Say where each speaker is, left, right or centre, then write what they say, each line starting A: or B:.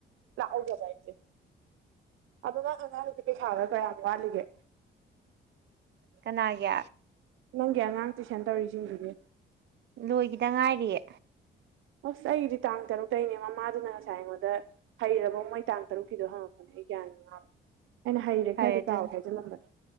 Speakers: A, on the right; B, on the right.
A: ꯂꯥꯛꯍꯧꯒꯦꯕ ꯑꯁꯦ ꯑꯗꯨꯣ ꯅꯪ ꯑꯉꯥꯡꯗꯤ ꯄꯩꯁꯥꯒ ꯀꯌꯥꯝ ꯋꯥꯠꯂꯤꯒꯦ
B: ꯀꯅꯥꯒꯤ
A: ꯅꯪꯒꯤ ꯑꯉꯥꯡ ꯇꯨꯏꯁꯟ ꯇꯧꯔꯤꯁꯤꯡꯗꯨꯅꯦ
B: ꯂꯣꯏꯈꯤꯗ ꯉꯥꯏꯔꯤꯌꯦ
A: ꯑꯣꯁ ꯑꯩꯗꯤ ꯇꯥꯡ ꯇꯔꯨꯛꯇꯩꯒꯤꯅꯦ ꯃꯃꯥꯗꯨꯅ ꯉꯁꯥꯏꯉꯣꯟꯗ ꯍꯩꯔꯕꯥꯎ ꯃꯩ ꯇꯥꯡ ꯇꯔꯨꯛꯀꯤꯗꯣ ꯍꯪꯉꯄꯅꯦ ꯑꯩ ꯒꯌꯥꯟꯉꯦ ꯑꯩꯅ ꯍꯩꯔꯦ
B: ꯐꯔꯦ
A: ꯈꯔꯗꯤ
B: ꯑꯗꯨ
A: ꯀꯥꯎꯋꯦ ꯍꯥꯏꯖꯤꯜꯂꯝꯕꯅꯦ